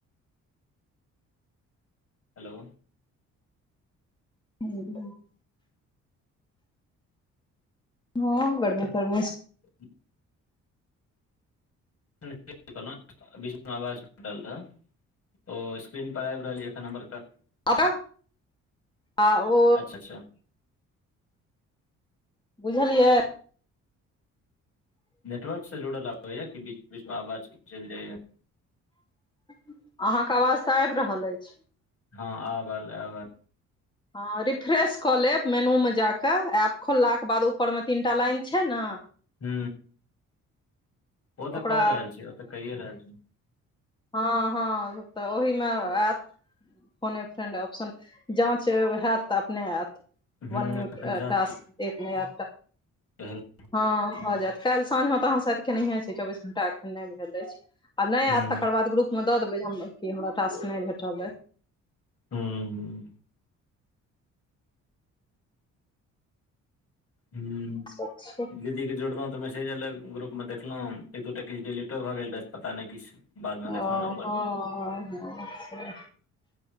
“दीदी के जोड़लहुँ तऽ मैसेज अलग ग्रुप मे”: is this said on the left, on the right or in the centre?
Left